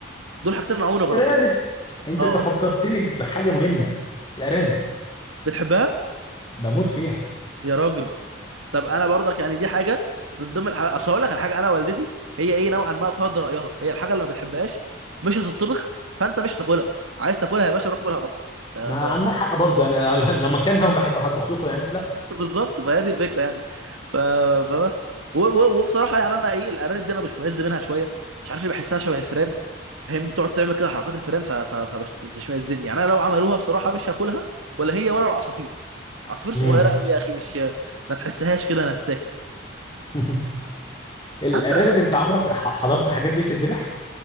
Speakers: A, on the right (about 80°); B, on the left (about 25°).
A: دول حاجتين انا عمري ما جربتهم
B: ارانب انت
A: اه
B: انت فكرتني بحاجه مهمه الارانب
A: بتحبها
B: بموت فيها
A: يا راجل طب انا برضك يعني دي حاجه من ضمن الحاجات اصل هقول لك على حاجه انا والدتي هي ايه نوعا ما فرض رايها هي الحاجه اللي ما بتحبهاش مش هتطبخ فانت مش هتاكلها عايز تاكلها يا باشا روح كلها بره آه،
B: ما
A: ف... ف...
B: عندنا حق برضه يعني انا <laughs> لو مكانها وبحب هطبخ لكم يعني لا
A: <laughs> بالظبط فهي دي الفكره يعني ف... فبس و... و... وبصراحه يعني انا ايه الارانب دي انا مش مهز منها شويه مش عارف ليه بحسها شبه الفيران فاهمني تقعد تعمل كده حركات الفيران ف... ف... فبتشمئزني يعني انا لو عملوها بصراحه مش هاكلها ولا هي ولا العصافير عصافير صغيره
B: امم
A: قوي يا اخي مش ما تحسهاش كده انها تتاكل
B: <laughs> الارانب
A: حتى
B: انت عمرك ح- حضرت الحاجات دي بتتذبح